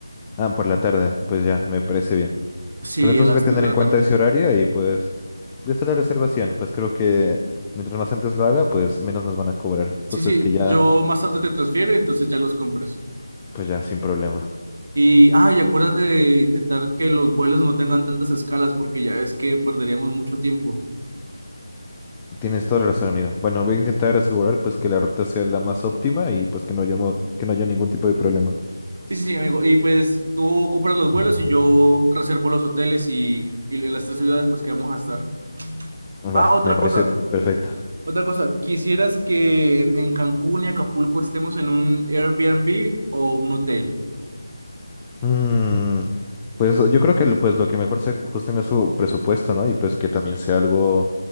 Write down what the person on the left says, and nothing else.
Ah, por la tarde, pues ya, me parece bien.
Pues entonces
voy a tener
en cuenta
ese horario y pues voy a hacer la reservación. Pues creo que mientras más antes lo haga, pues menos nos van a cobrar. Entonces
ves que ya,
pues ya, sin problema.
Tienes toda la razón, amigo. Bueno, voy a intentar asegurar pues que la ruta sea la más óptima y pues que no haya, mo- que no haya ningún tipo de problema.
Va,
me parece
perfecto.
Mm, Pues yo creo que lo- pues lo que mejor se ajusten es su presupuesto, ¿no? Y pues que también sea algo,